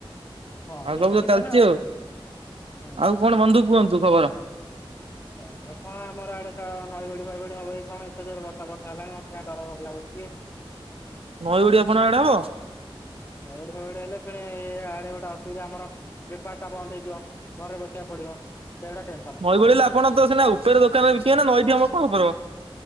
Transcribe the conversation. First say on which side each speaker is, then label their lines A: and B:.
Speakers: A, on the left (about 25°); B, on the right (about 80°).
A: ହଁ
B: ଆଉ
A: ଏଇ
B: ସବୁ ତ
A: ଜୀବନ
B: ଚାଲିଛି ଆଉ।
A: ହୁଁ।
B: ଆଉ କଣ ବନ୍ଧୁ କୁହନ୍ତୁ ଖବର?
A: ଖବର କଣ ଆମର ଆଡେ ନଈ ବଢି ଫଇ ବଢି ହବ କି କଣ, ଏତେ ଜୋର ବର୍ଷା ଫର୍ଷା ହେଲାଣି ମତେ କାଇଁ ଡର ଲାଗୁଛି।
B: ନଈ ବଢି ଆପଣଙ୍କ ଆଡେ ହବ?
A: ନଈ ବଢ଼ି ଫଇ ବଢ଼ି ହେଲେ ପୁଣି ଏ ଆଡେ ଗୋଟେ ଅସୁବିଧା ଆମର। ନିପାଟା ବନ୍ଦ ହେଇଯିବ ଘରେ ବସିବାକୁ ପଡିବ, ସେଗୁଡା ଟେନସ
B: ନଈ ବଢ଼ି ହେଲେ ଆପଣ ତ ସିନା ଉପରେ ଦୋକାନରେ ବିକିବେ, ନା ନଈଠି ଆମ କଣ <unintelligible>